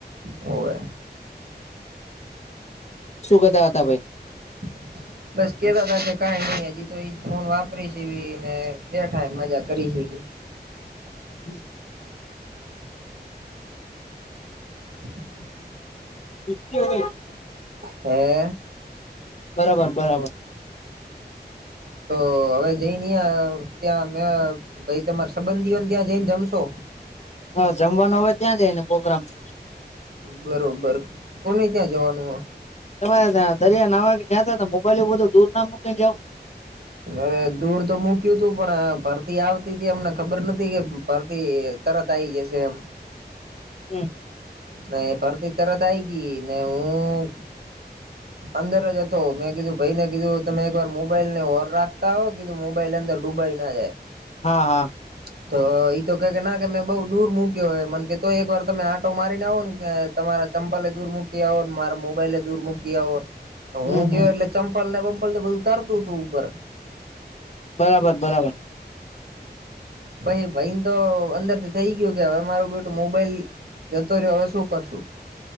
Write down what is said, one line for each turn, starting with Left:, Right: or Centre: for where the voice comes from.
Right: ઓવે
Left: શું કેતા હતા ભાઈ
Right: <inaudible> બસ કેતા તા કે કઈ નઈ હજી તો એજ ફોન વાપરી છીને બેઠા મજા કરી હી
Left: <unintelligible>
Right: <inaudible>
Left: <unintelligible>
Right: હે.
Left: બરાબર બરાબર
Right: તો હવે જઈ નહી ત્યાં મે ભાઈ તમાર સંબંધીઓને ત્યાં જઈને જમશો.
Left: હા જમવાનો હવે ત્યાં જઈ ને પ્રોગ્રામ છે
Right: બરોબર કોને ત્યાં જવાનું હો
Left: તમારે દરિયા નાવા જયાતા તો મોબાઈલ બધું દૂર ના મૂકી ને જાવ.
Right: અરે દૂર તો મૂક્યું તું પણ ભરતી આવતી હતી અમને ખબર નથી કે ભરતી તરત આઇ જશે એમ
Left: હમ.
Right: ને ભરતી તરત આ આવી જી ને હું અંદર જ હતો મેં કીધું ભાઈને કીધું તમે એક વાર મો મોબાઈલ ને હોર રાખતા હોય કીધું મોબાઈલ અંદર ડૂબાઈ ના જાય
Left: હા હા.
Right: <inaudible> તો ઈ તો કે કે ના કે મેં બઉ દૂર મૂક્યો હે મને કે તો એક વાર તમે આટો મારીને આવો ને કે તમારા ચંપલે દૂર મુકી આવોને મારા મોબાઈલે દૂર મૂકી મુકી આવો તો
Left: હમ
Right: હું ગયો
Left: હમ
Right: એટલે ચંપલ ને બંપલ તો બધું તરતું હતું ઉપર
Left: બરાબર બરાબર.
Right: પાઈ ભાઈને તો અંદર થી થઇ ગયું કે હવે મારું બેટું મોબાઈલ. જતો રહ્યો હવે શું કરશું.